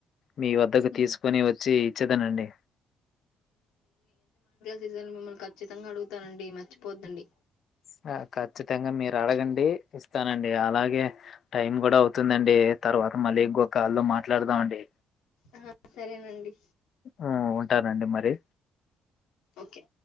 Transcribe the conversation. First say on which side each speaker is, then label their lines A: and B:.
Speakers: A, on the left (about 60°); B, on the left (about 80°).
A: మీ వద్దకు
B: మ్మ్
A: తీసుకొని వచ్చి ఇచ్చేదనండి
B: సీజన్లు మిమ్మల్ని ఖచ్చితంగా అడుగుతానండి మర్చిపోద్దండి.
A: స కచ్చితంగా మీరు రాడగండి ఇస్తానండి అలాగే టైమ్ కూడా అవ్ తుందండి తర్వాత మళ్ళీ ఇంకొకాలో మా మాట్లాడదామ అండి.
B: ఆ సరేనండి.
A: ఆ ఉంటానండి మరి
B: ఓకే